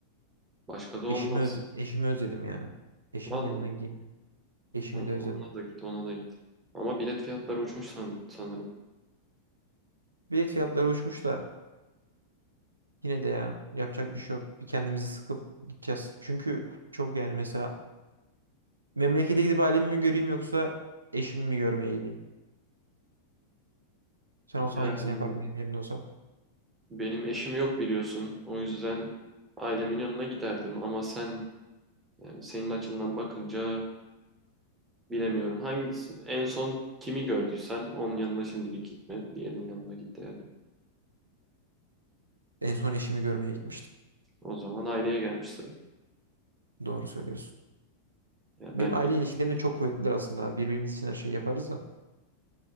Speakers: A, on the right (about 15°); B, on the right (about 75°).
A: başka da olmaz.
B: Eşimi öz eşimi özledim yani. Eşimin
A: Vallahi
B: yanına gideyim. Eşimi
A: o-
B: de özledim.
A: ona da git, ona da git. Ama bilet fiyatları uçmuş san- sanırım.
B: Bilet fiyatları uçmuş da Yine de ya yapacak bir şey yok. Bir kendimizi sıkıp gideceğiz. Çünkü çok yani mesela memlekete gidip ailemi mi göreyim yoksa eşimi mi görmeye gideyim? Sen olsan
A: Yani
B: hangisini yapardın benim yerimde olsan?
A: benim eşim yok biliyorsun. O yüzden ailemin yanına giderdim ama sen yani senin açından bakınca bilemiyorum. Hangisi en son kimi gördüysen onun yanına şimdilik gitme. Diğerinin yanına git derdim.
B: En son eşimi görmeye gitmiştim.
A: O zaman aileye gelmiş sıra.
B: Doğru söylüyorsun.
A: Yani
B: Benim
A: bence
B: aile ilişkilerim de çok kuvvetlidir aslında. Birbirimiz için her şeyi yaparız da.